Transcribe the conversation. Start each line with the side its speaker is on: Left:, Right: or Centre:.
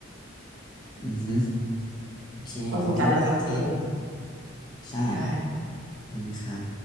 Left: อือฮึ โอเค
Right: ก็คงจะแล้วแต่คน
Left: ขอบคุณมากครับเจนใช่
Right: ใช่
Left: มันครับ